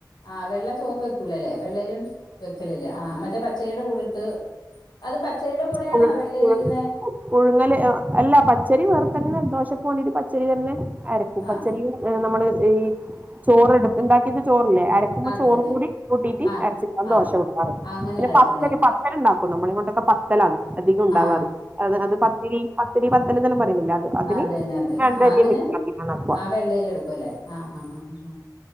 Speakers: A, on the left; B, on the right.
A: ആഹ് വെള്ള ചോറ് വെക്കൂലല്ലേ വെള്ളെരി കൊണ്ട് വെക്കലില്ല ആഹ് മറ്റേ പച്ചരിടെ കൂടെട്ട്. അത് പച്ചരിടെ കൂടെയാണോ
B: പുഴു
A: വെള്ള
B: പുഴു
A: അരി ഇടുന്നേ?
B: പുഴുങ്ങല് അ അല്ല പച്ചരി വേറെ തന്നെ ദോശക്ക് വേണ്ടിട്ട് പച്ചരി തന്നെ അരക്കും പച്ചരി
A: ആ
B: ഏഹ് നമ്മള് ഈ ചോറ് എടുത്ത് ഇണ്ടാക്കിട്ട് ചോറില്ലേ അര ക്ക്‌മൊ
A: അത്
B: ചോറും
A: തന്നെ
B: കൂടി കൂട്ടീട്ട്
A: ആ
B: അരച്ചിട്ടാണ്
A: ആ
B: ദോശ ചുടാറ്
A: അങ്ങനെയാണ്
B: പിന്നെ
A: എടുക്കുന്നത്
B: പത്തല്
A: അല്ലേ
B: പ ത്തലുണ്ടാക്കും നമ്മളിങ്ങോട്ടൊക്കെ പത്തലാണ് അധികം ഇണ്ടാവാറ്
A: ആ
B: അത് അത് പത്തിരി പ ത്തിരി പത്തല്ന്നെല്ലാം പറയുന്നില്ലേ അത്. അതിന്
A: അത് ന്നെ അതന്നെ
B: രണ്ടരിയും
A: ആഹ് അതിന്
B: മിക്സ് ആക്കിയിട്ടാണ് ആക്കുക
A: ആ വെള്ളരി എടുക്കുംല്ലെ ആഹ് ഹാ ഹാ ഹ ഹ